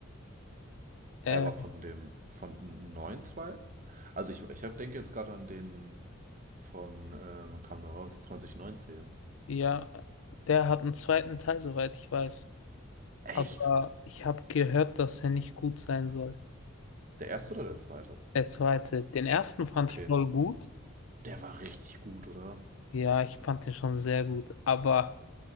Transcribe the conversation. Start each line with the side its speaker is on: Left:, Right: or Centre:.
Left: ähm,
Right: Er war von dem, von einem neuen zweiten? Also ich, ich hab, denke jetzt gerade an den von, äh, wann kam der raus? 2019.
Left: ja, der hat einen zweiten Teil, soweit ich weiß.
Right: Echt?
Left: Aber ich habe gehört, dass er nicht gut sein soll.
Right: Der erste oder der zweite?
Left: Der zweite. Den ersten fand
Right: Okay.
Left: ich voll gut.
Right: Der war richtig gut, oder?
Left: Ja, ich fand den schon sehr gut. Aber